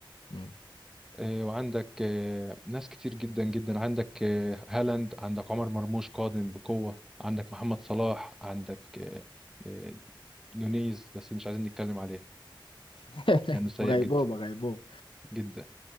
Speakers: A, on the left; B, in the centre.
A: مم.
B: آه، وعندك آه، ناس كتير جدا جدا عندك آه، هالاند عندك عمر مرموش قادم بقوة عندك محمد صلاح عندك آه، آه، نونيز بس مش عايزين نتكلم عليه
A: <laughs>
B: لأنه سيء
A: وغيبوبة
B: جدا
A: غيبوبة
B: جدا